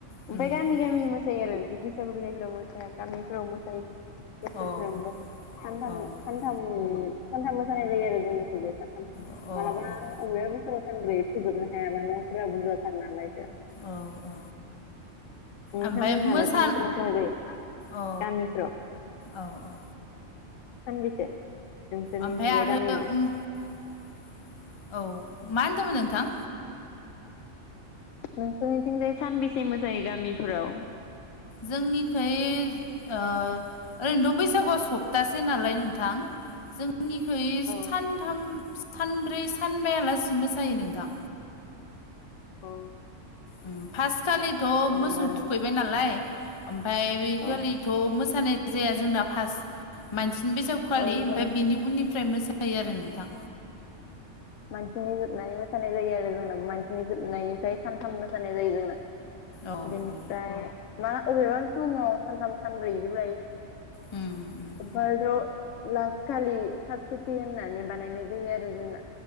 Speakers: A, on the left (about 30°); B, on the left (about 75°).
A: उम
B: ओमफ्राय गामि
A: उम
B: गामि मोसायो आरो बिदि बैस बैसागु बिदायफोराव मोसाया गामिफोराव मोसायो बोसोरफ्रोमबो
A: अ
B: सानथाम
A: औ अ
B: थाम सानथाम मोसानाय जायो आरो जोंनिखैबो सानथाम
A: अ
B: मालाबा अबेबा बोसोराव सानब्रै फोजोबनो हायाबा न'फोरा बुरजाथार नालाय
A: औ औ
B: नोंथांमोनहालाय
A: आमफाय मोसा
B: सानबेसे मोसानाय जायो
A: औ
B: गामिफ्राव
A: औ औ
B: सानबेसे नोंसोरनिथिंजाय
A: ओमफ्राय आरो
B: गामियाव?
A: <inaudible> औ मा होनदोंमोन नोंथां?
B: नोंसोरनिथिंजाय सानबेसे मोसायो गामिफोराव?
A: जोंनिखै ओ ओरैनोथ' बैसागुआ सप्तासे नालाय नोंथां। जोंनिखै सानथाम
B: औ
A: सानब्रै सानबायालासि मोसायो नोंथां।
B: अ
A: उम फार्स्ट खालिथ' मोसौ
B: हाया आरो
A: थुखैबाय नालाय ओमफाय बै
B: औ
A: खालि थ' मोसानाय जाया जोंना फास्ट मानसिनि बैसागु खालि
B: औ जों
A: ओमफाय बिनि उननिफ्राय मोसायो आरो नोंथां
B: मानसिनि जोबनानै मोसानाय जायो आरो जोंना मानसिनि जोबनायनिफ्राय सानथाम मोसानाय जायो जोंना।
A: औ
B: बिनिफ्राय
A: औ
B: मा अबेबा समाव सानथाम सानब्रै इदिबो लायो।
A: उम उम
B: <unintelligible> लास्ट खालि साब सुथि होननानै बानायनाय जायो आरो जोंना।